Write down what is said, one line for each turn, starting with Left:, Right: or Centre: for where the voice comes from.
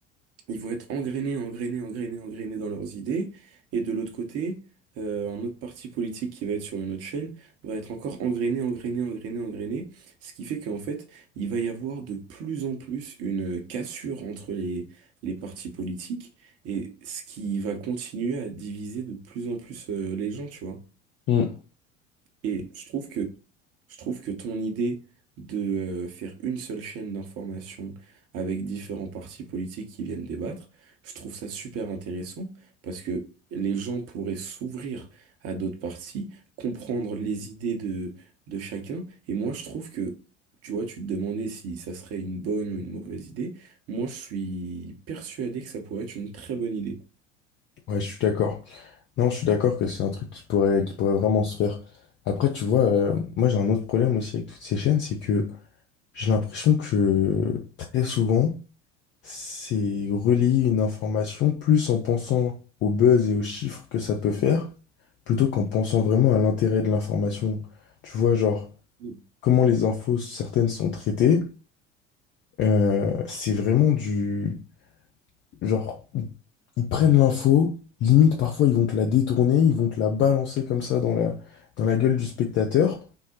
Right: ils vont être engrainés, engrainés, engrainés, engrainés dans leurs idées. Et de l'autre côté, euh, un autre parti politique qui va être sur une autre chaîne va être encore engrainé, engrainé, engrainé, engrainé. Ce qui fait qu'en fait, il va y avoir de plus en plus une cassure entre les, les partis politiques et ce qui va continuer à diviser de plus en plus, euh, les gens, tu vois.
Left: Mm.
Right: Et je trouve que, je trouve que ton idée de euh, faire une seule chaîne d'information avec différents partis politiques qui viennent débattre, je trouve ça super intéressant parce que les gens pourraient s'ouvrir à d'autres partis, comprendre les idées de, de chacun. Et moi, je trouve que, tu vois, tu te demandais si ça serait une bonne ou une mauvaise idée. Moi, je suis persuadé que ça pourrait être une très bonne idée.
Left: Ouais, je suis d'accord. Non, je suis d'accord que c'est un truc qui pourrait, qui pourrait vraiment se faire. Après, tu vois, euh, moi j'ai un autre problème aussi avec toutes ces chaînes, c'est que J'ai l'impression que très souvent, c'est relayer une information plus en pensant au buzz et aux chiffres que ça peut faire, plutôt qu'en pensant vraiment à l'intérêt de l'information. Tu vois, genre,
Right: Mm.
Left: comment les infos, certaines sont traitées, euh, c'est vraiment du... Genre, ils prennent l'info, limite parfois ils vont te la détourner, ils vont te la balancer comme ça dans la, dans la gueule du spectateur,